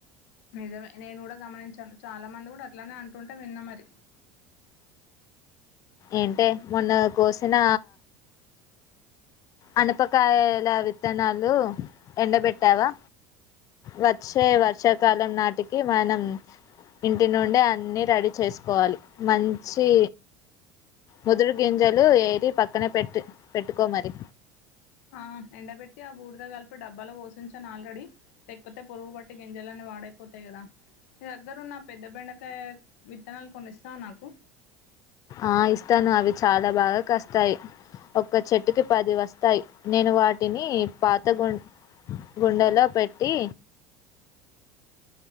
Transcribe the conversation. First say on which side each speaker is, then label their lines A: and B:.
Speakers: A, on the left (about 75°); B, on the left (about 45°).
A: నిజమే నేను కూడా గమనించాను చాలా మంది కూడా అట్లానే అంటుంటే విన్నా మరి,
B: ఏంటే మొన్న కోసిన అనపకాయల విత్తనాలు ఎండబెట్టావా వచ్చే వర్షాకాలం నాటికి మనం ఇంటి నుండి అన్ని రెడీ చేసుకోవాలి మంచి ముదురు గింజలు వేరి పక్కనే పెట్టు పెట్టుకోమరి,
A: ఆ ఎండబెట్టి ఆ బూడిద కలిపి డబ్బాలు పోసించాను ఆల్రెడీ లేకపోతే పురుగు పట్టి గింజలన్నీ పాడైపోతాయి కదా ని దగ్గరున్న పెద్ద బెండకాయ విత్తనాలు కొన్ని ఇస్తావ నాకు
B: ఆ ఇస్తాను అవి చాలా బాగా కస్తాయి ఒక్క చెట్టుకి పది వస్తాయి నేను వాటిని పాత గు గుండలో పెట్టి